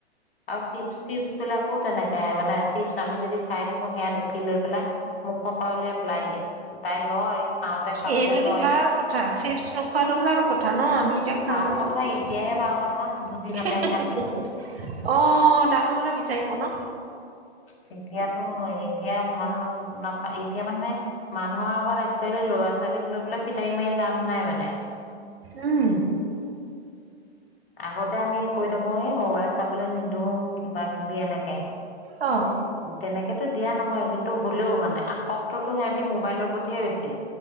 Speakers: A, on the left; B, on the right.
A: আৰু চিপছ টিপছ বিলাকো তেনেকে মানে।। চিপছ আমি যদি খাই থাকো, সেয়া দেখি লৈ পেলাই।। মুখৰ পৰা উলিয়াই পেলাই দিয়ে। তাই লয় খাওঁতে খাবলৈ
B: এইটোতো
A: লয়
B: ভাল কথা, চিপছ নোখোৱাটো ভাল কথা ন, আমি এতিয়া খাওঁ
A: ভাল
B: হে
A: কথা এতিয়াহে ভাল কথা বুজি নাপায়
B: হে
A: কাৰণে
B: হে অ ডাঙৰ হলে বিচাৰিব ন।
A: তেতিয়াতো এতিয়া ভাল হ'ল। নাপায়, এতিয়া মানে মানুহৰ আগত একচুৱেলি ল'ৰা ছোৱালীক লৈ পেলাই ফিটাহি মাৰি লাভ নাই মানে।
B: উম,
A: আগতে আমি কৈ থাকো এই মোবাইল চাবলে নিদিওঁ কিবা কিবি এনেকে।
B: অ,
A: তেনেকে। সেইটো দিয়া নহয় কিন্তু হ'লেও মানে, আসক্তটো সিহঁতি মোবাইলৰ প্ৰতিহে বেছি।